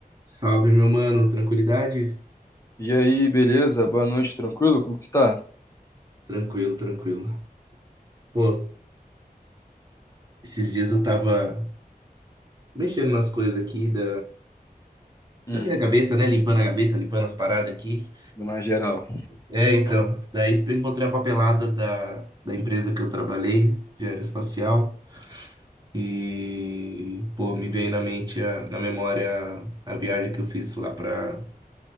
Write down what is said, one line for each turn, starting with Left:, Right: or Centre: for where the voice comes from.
Right: Salve, meu mano. Tranquilidade?
Left: E aí, beleza? Boa noite, tranquilo? Como que você tá?
Right: Tranquilo, tranquilo. Pô, esses dias eu tava mexendo nas coisas aqui da,
Left: Hum.
Right: da minha gaveta, né? Limpando a gaveta, limpando as paradas aqui.
Left: Dona geral.
Right: É, então. Daí eu encontrei a papelada da, da empresa que eu trabalhei, de aeroespacial. E, pô, me veio na mente, a, na memória, a viagem que eu fiz lá pra,